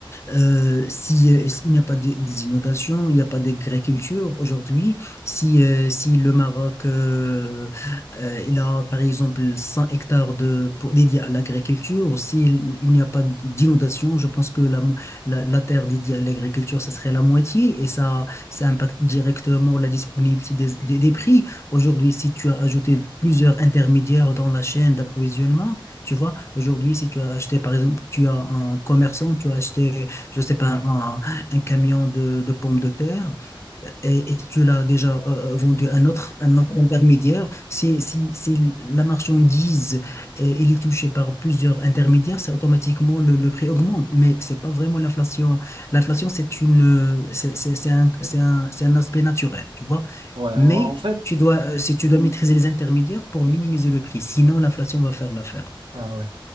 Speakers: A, on the left (about 30°); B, on the right (about 80°).
A: euh, si, euh, s'il n'y a pas de- des inondations, il n'y a pas d'agriculture aujourd'hui, si, euh, si le Maroc euh, euh, il a par exemple 100 hectares de, pour, dédiés à l'agriculture, s'il il n'y a pas d'inondation, je pense que la, mo- la, la terre dédiée à l'agriculture, ça serait la moitié et ça, ça impacte directement la disponibilité des, des des prix. Aujourd'hui, si tu as ajouté plusieurs intermédiaires dans la chaîne d'approvisionnement, tu vois, aujourd'hui, si tu as acheté, par exemple, tu as un commerçant, tu as acheté je sais pas, un, un camion de, de pommes de terre et, et tu l'as déjà euh, euh, vendu à un autre, un autre intermédiaire, si, si, si la marchandise euh, elle est touchée par plusieurs intermédiaires, c'est automatiquement le, le prix augmente. Mais c'est pas vraiment l'inflation. L'inflation, c'est une, euh, c'est c'est- c'est un, c'est un, c'est un aspect naturel, tu vois.
B: ouais,
A: Mais
B: en fait,
A: tu dois, euh, si tu dois maîtriser les intermédiaires pour minimiser le prix, sinon l'inflation va faire l'affaire.
B: ah ouais.